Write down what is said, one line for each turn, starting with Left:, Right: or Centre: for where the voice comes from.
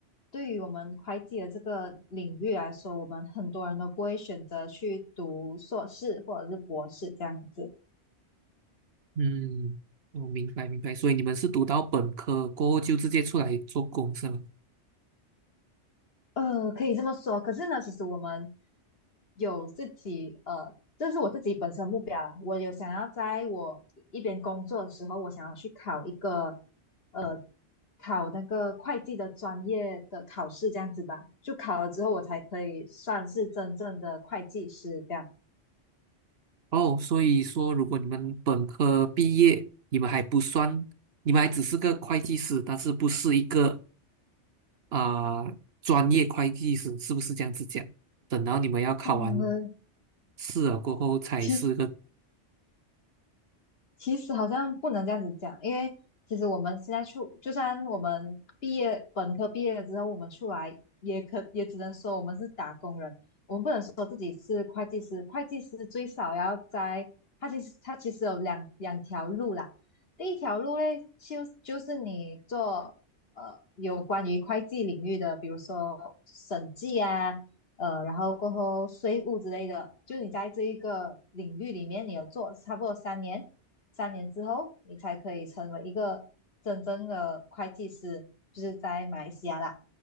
Left: 对于我们会计的这个领域来说，我们很多人都不会选择去读硕士或者是博士这样子。
Right: 嗯，我明白明白。所以你们是读到本科过后就直接出来做工是吗？
Left: 呃，可以这么说。可是呢，其实我们有自己，呃，这是我自己本身目标啊我有想要在我一边工作的时候，我想要去考一个，呃，考那个会计的专业的考试，这样子吧。就考了之后，我才可以算是真正的会计师这样。
Right: 哦，所以说如果你们本科毕业，你们还不算，你们还只是个会计师，但是不是一个啊、专业会计师是不是这样子讲？等到你们要考完
Left: 嗯，
Right: 试了过后才是个，
Left: 其实。其实好像不能这样子讲，因为其实我们现在出，就算我们毕业本科毕业了之后，我们出来也可也只能说我们是打工人，我们不能说自己是会计师。会计师最少要在，他其实他其实有两两条路啦。第一条路嘞，就就是你做呃有关于会计领域的，比如说审计啊，呃，然后过后税务之类的，就你在这一个领域里面，你有做差不多三年，三年之后你才可以成为一个真正的会计师，就是在马来西亚啦。